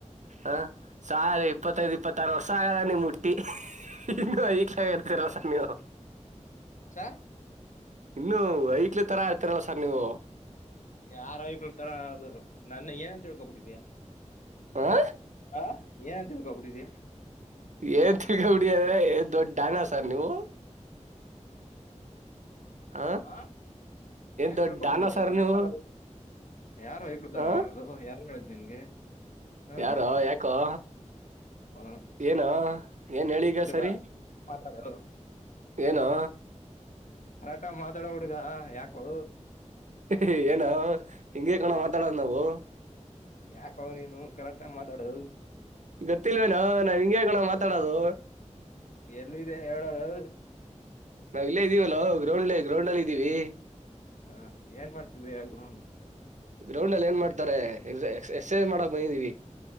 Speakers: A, on the right; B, on the left.
A: ಹ ಸ ಇಪ್ಪತ್ತದುಇಪ್ಪತ್ತಾರ ವರ್ಷ ಆಗದ ನೀವು ಮುಟ್ಟಿ. ಇನ್ನು ಐಕ್ಲ ಇರ್ತೀರಸರ್ ನೀವು
B: ಸರ್
A: ಇನ್ನು ಏಕೋ ತರ ಆಡ್ತಿದರೆ ಸರ್ ನೀವು
B: ಆರೋಗಕಳ್ತರ ಅದು ನನ್ನ ಏನಂತೇಳ್ಕೊಬಿಟ್ಟಿದ್ಯಾ
A: ಆ
B: ಹಾ ಏನ್ ಅಂತೇವಿ ಕಬಡಿದ್ಯಾ
A: ಏನ್ ತಿಲ್ಕಬಡಿ ಅಂದ್ರೆ ಏನ್ ದೊಡ್ಡ ಡಾನ್ ಸಾರ್ ನೀವು?
B: <inaudible>
A: ಹ
B: ಹಾ ಏನ್
A: ದೊಡ್ಡ
B: ತಿಳ್ಕೋಬಿಟ್ಟಿದಿಯಾ
A: ಡಾನ ಸರ್ ನೀವು
B: ಯಾರ್ ಯಾರು ಹೈಕಳ್ ತರಾ
A: ಹ
B: ಆಡೊದು ಯಾರು ಹೇಳಿದ್ ನಿನ್ಗೆ? ಹ
A: ಯಾರೋ ಯಾಕೋ?
B: ಹ
A: ಏನೋ ಏನ್ ಹೇಳಿಗ
B: ಹುಡುಗ
A: ಸರಿ
B: ಮಾತಾಡು
A: ಏನೋ?
B: ಕರೆಕ್ಟಾಗಿ ಮಾತಾಡೋ ಹುಡ್ಗ ಯಾಕೋ?
A: <unintelligible> ಏನೋ ಹಿಂಗೆ ಕಣೋ ಮಾತಾಡೋದ ನಾವು.
B: ಯಾಕೋ ನೀನು ಕರೆಕ್ಟಾಗಿ ಮಾತಾಡೋ.
A: ಗೊತ್ತಿಲ್ವೇನೋ ನಾವ್ ಹಿಂಗೆ ಕಣೋ ಮಾತಾಡೋದು.
B: ಎಲ್ಲ ಇದೇ ಹೇಳಲೋ.
A: ನಾವ್ ಇಲ್ಲೇ ಇದೀವಲ್ಲೊ ಗ್ರೌಂಡ್ಲ್ಲೆ ಗ್ರೌಂಡ್ ಅಲ್ಲಿ ಇದೀವಿ.
B: ಹಾ ಏನ್ ಮಾಡ್ತಿದಿಯಾ ಗ್ರೌಂಡ್
A: ಗ್ರೌಂಡ್ ಅಲ್ಲಿ ಏನ್ ಮಾಡ್ತಾರೆ ಎಕ್ಸ ಎಕ್ಸರ್ಸೈಸ್ ಮಾಡಕ್ ಬಂದಿದೀವಿ.